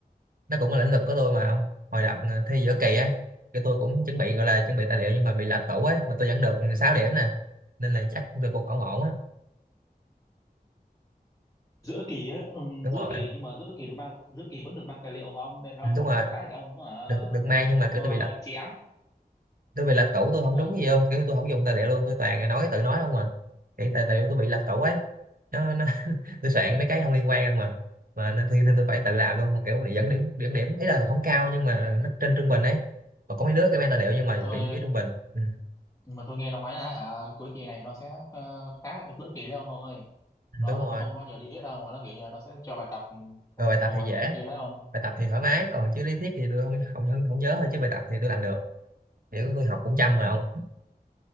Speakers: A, on the right; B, on the left.
A: nó cũng là lĩnh vực của tôi mà không hồi đợt ờ, thi giữa kỳ ấy cái tôi cũng chuẩn bị gọi là chuẩn bị tài liệu nhưng mà bị lệch tủ ấy mà tôi vẫn được 6 điểm nè nên là chắc tôi cũng ổn ổn á
B: giữa kỳ á ừ,
A: đúng
B: giữa
A: rồi
B: kỳ nhưng mà giữa kỳ được mang giữa kỳ vẫn được mang tài liệu mà ông nên là
A: ừ,
B: ông
A: đúng
B: còn
A: rồi
B: có cái để ông ờ,
A: được được mang nhưng
B: ông
A: mà kiểu
B: ờ,
A: tôi bị lệch
B: chém
A: tôi bị lệch tủ tôi không
B: ừ
A: đúng gì không kiểu tôi không dùng tài liệu luôn tôi toàn là nói tự nói không à cái tài liệu tôi bị lệch tủ ấy nó, nó <laughs> tôi soạn mấy cái không liên quan mà mà nên, tôi- nên tôi phải tự làm luôn mà kiểu để dẫn điểm dẫn điểm ý là không cao nhưng mà nó trên trung bình ấy còn có mấy đứa cái mang tài liệu nhưng
B: nhưng
A: mà
B: mà tôi
A: bị dưới trung bình ừ,
B: nhưng mà tôi nghe nói là hả cuối kỳ này nó sẽ ờ, khá là giữa kỳ đấy ông ơi nó
A: đúng rồi
B: nó không có nhiều lý thuyết đâu mà nó kiểu như là nó sẽ cho bài tập
A: rồi bài
B: rồi
A: tập thì dễ
B: này kia đấy ông
A: bài tập thì thoải mái còn chứ lý thuyết thì tôi không không không, không nhớ thôi chứ bài tập thì tôi làm được kiểu tôi học cũng chăm mà không